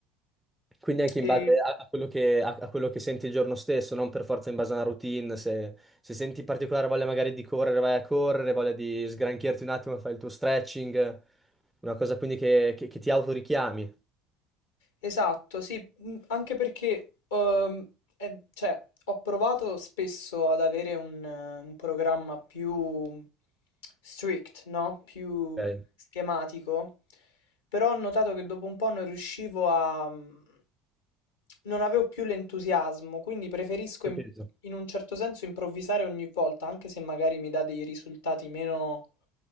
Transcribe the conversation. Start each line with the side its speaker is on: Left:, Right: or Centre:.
Centre: Quindi anche in
Left: e
Centre: base a, a quello che, a- a quello che senti il giorno stesso, non per forza in base a una routine. Se, se senti particolare voglia magari di correre, vai a correre, voglia di sgranchirti un attimo, fai il tuo stretching, una cosa quindi che, che- che ti autorichiami.
Left: Esatto, sì, mm, anche perché ehm, è- cioè, ho provato spesso ad avere un, eh, un programma più strict, no? Più
Centre: Ok,
Left: schematico, però ho notato che dopo un po' non riuscivo a... mm, non avevo più l'entusiasmo, quindi preferisco
Centre: capito.
Left: in, in un certo senso improvvisare ogni volta, anche se magari mi dà dei risultati meno